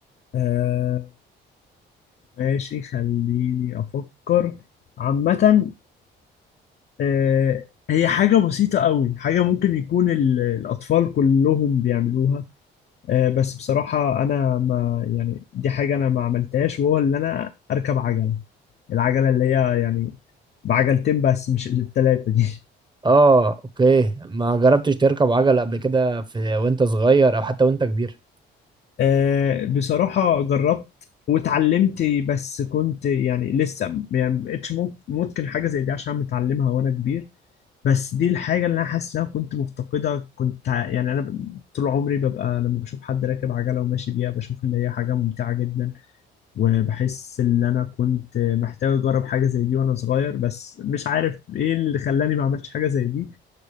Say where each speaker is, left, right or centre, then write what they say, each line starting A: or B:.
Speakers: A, on the left (about 55°); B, on the right (about 20°).
A: آه، ماشي خليني أفكر عامة آه، هي حاجة بسيطة قوي حاجة ممكن يكون ال- الأطفال كلهم بيعملوها آه، بس بصراحة أنا ما يعني دي حاجة أنا ما عملتهاش وهو اللي أنا أركب عجلة العجلة اللي هي يعني بعجلتين بس مش التلاتة دي
B: اه اوكي ما جربتش تركب عجلة قبل كده في وانت صغير او حتى وانت كبير
A: <laughs> آه، بصراحة جربت واتعلمت بس كنت يعني لسه يعني ما بقتش مم- ممكن حاجة زي دي عشان متعلمها وأنا كبير بس دي الحاجة اللي أنا حاسس إن أنا كنت مفتقدة كنت ع- يعني أنا ب- طول عمري ببقى لما بشوف حد راكب عجلة وماشي بيها بشوف إن هي حاجة ممتعة جدا وبحس ان انا كنت محتاج اجرب حاجه زي دي وانا صغير بس مش عارف ايه اللي خلاني ما عملتش حاجه زي دي